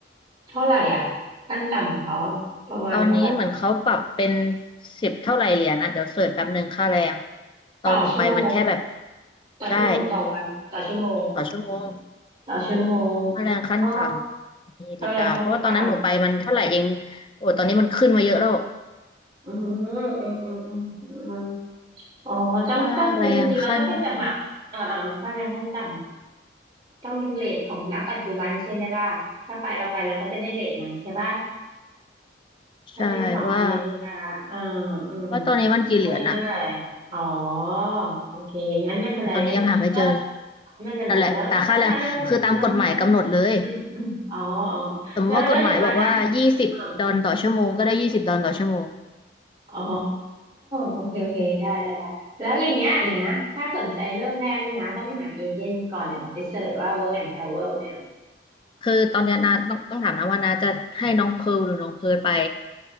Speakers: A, on the right; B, on the left.
A: เท่าไหร่อ่ะขั้นต่ำของเขาประมาณเท่าไหร่
B: ตอนนี้เหมือนเขาปรับเป็นสิบเท่าไหร่เหรียญนะเดี๋ยวเสิร์ชแป๊บหนึ่งค่าแรง
A: ต่อชั่วโมง
B: ตอนหนูไปมันแค่แบบ
A: ต่อชั่วโมงหรือต่อวันต่อชั่วโมงอ๋อ
B: ใช่ต่อชั่วโมง
A: ต่อชั่วโมง
B: ค่าแรงขั้นต่ำมีดีกาเพราะว่าตอนนั้นหนูไปมันเท่าไหร่เอง
A: อ๋อค่าแรงขั้นต่
B: โอ้ตอนนี้มันขึ้นมาเยอะแล้ว
A: ำอืมอืมอืมอืมอืมอ๋อต้องก็คือจริงๆ
B: ค่าแรงขั้นต่
A: เราต้องไปสมัครอ่าอ่าค่าแรงขั้นต่ำต้องดูเรทของณปัจจุบันใช่ไหมล่ะถ้าไปเราไปเราก็จะได้เรทนั้นใช่ป่ะ
B: ำใช่ว่า
A: ถ้าเป็นของอเมริกาอ่าอืม
B: ว่าตอนนี้มันกี่เหรียญอะ
A: ว่าอยู่เท่าไหร่อ๋อโอเคงั้นไม่เป็นไรงั้นแล้ว
B: ตอนนี้ยังหาไม่เจอเลย
A: ไม่เป็นไรแล้วแล้วถ้าเริ่มเริ่มต้น
B: นั่นแหละแต่ค่าแรงคือตามกฎหมายกำหนดเลย
A: อืมอืมอ๋ออ๋อ
B: สมมติว่ากฎหมายบอกว่ายี่สิบดอลต่อชั่วโมงก็ได้ยี่สิบดอลต่อชั่วโมง
A: แล้วแล้วเดี๋ยวก่อนนะอืม อ๋อโอเคโอเคได้ได้ได้แล้วอย่างเงี้ยเดี๋ยวนะถ้าสนใจเริ่มแรกนี่นะต้องไปหาเอเจนต์ก่อนเลยเหรอไปเสิร์ชว่า Work and Travel เนี่ย
B: คือตอนเนี้ยนาต้องต้องถามนะว่านาจะให้น้องเพิร์ลหรือน้องเพิร์ลไป